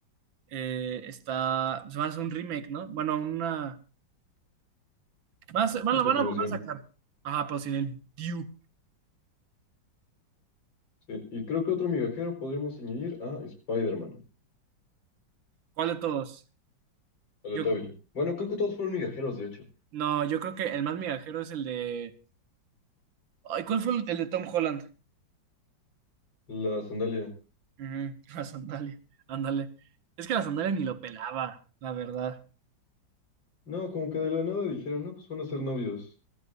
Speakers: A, on the right; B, on the left.
A: eh, está, se van a hacer un remake, ¿no? Bueno, una Van a, ser- van,
B: A
A: a
B: continuación.
A: van a volver a sacar. Ajá, pero sin el view.
B: Sí, y creo que otro migajero podríamos añadir a Spider-Man,
A: ¿Cuál de todos?
B: al
A: Yo,
B: de Toby. Bueno, creo que todos fueron migajeros, de hecho.
A: no, yo creo que el más migajero es el de. Ay, ¿cuál fue el, el de Tom Holland?
B: La sandalia.
A: Ujú, <laughs> la sandalia. Ándale. Es que la sandalia ni lo pelaba, la verdad.
B: No, como que de la nada dijeron, no, pues van a ser novios.